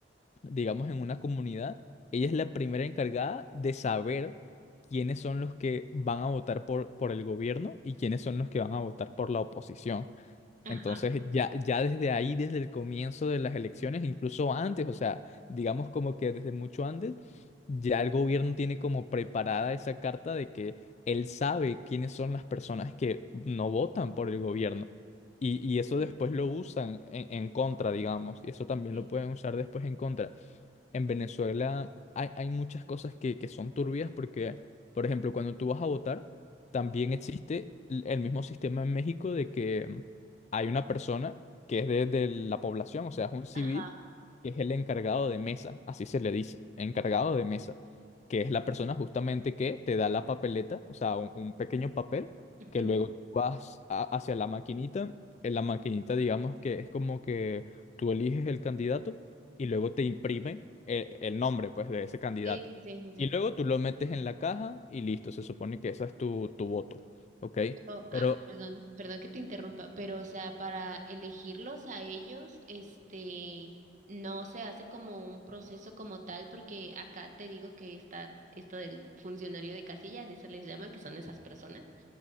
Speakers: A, on the left; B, on the right.
A: digamos, en una comunidad, ella es la primera encargada de saber quiénes son los que van a votar por, por el gobierno y quiénes son los que van a votar por la oposición.
B: Ajá.
A: Entonces, ya, ya desde ahí, desde el comienzo de las elecciones, incluso antes, o sea, digamos como que desde mucho antes, ya el gobierno tiene como preparada esa carta de que él sabe quiénes son las personas que no votan por el gobierno. Y, y eso después
B: Sí,
A: lo usan en, en contra, digamos, y eso también
B: sí.
A: lo pueden usar después en contra en Venezuela hay, hay muchas cosas que, que son turbias porque, por ejemplo, cuando tú vas a votar, también existe l- el mismo sistema en México de que mm, hay una persona que es de, de la población, o sea, es un civil,
B: Ajá.
A: que es el encargado de mesa, así se le dice, encargado de mesa, que es la persona justamente que te da la papeleta, o sea, un, un pequeño papel,
B: Ujú.
A: que luego tú vas a- hacia la maquinita, en la maquinita digamos que es como que tú eliges el candidato y luego te imprime el, el nombre, pues, de ese candidato.
B: Sí, sí, sí, sí, sí.
A: Y luego tú lo metes en la caja y listo, se supone que esa es tu, tu voto, ¿ok?
B: Pero,
A: Pero,
B: ah, perdón, perdón que te interrumpa, pero o sea, para elegirlos a ellos, este, no se hace como un proceso como tal, porque acá te digo que está esto del funcionario de casillas, así se les llama, que son esas personas.